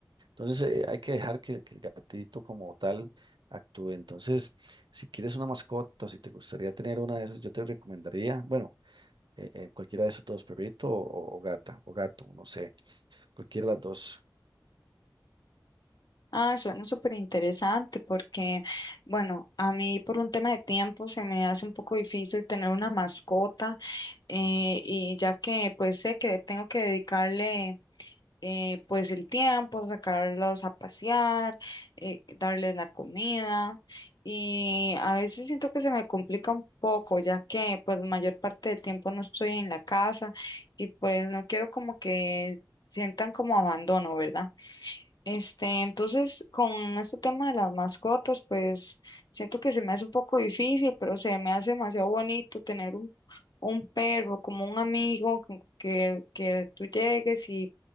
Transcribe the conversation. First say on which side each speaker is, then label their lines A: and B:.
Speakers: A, on the right (about 80°); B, on the left (about 65°).
A: entonces eh, hay que dejar que, que el gatito como tal actúe. Entonces, si quieres una mascota o si te gustaría tener una de esas, yo te recomendaría, bueno, eh, eh, cualquiera de esos dos, perrito o, o gata o gato, no sé, cualquiera de las dos.
B: Ah, suena súper interesante porque, bueno, a mí por un tema de tiempo se me hace un poco difícil tener una mascota eh, y ya que pues sé que tengo que dedicarle eh, pues el tiempo, sacarlos a pasear, eh, darles la comida y a veces siento que se me complica un poco ya que pues la mayor parte del tiempo no estoy en la casa y pues no quiero como que sientan como abandono, ¿verdad? Este, entonces, con este tema de las mascotas, pues siento que se me hace un poco difícil, pero se me hace demasiado bonito tener un, un perro como un amigo con- que, que tú llegues y,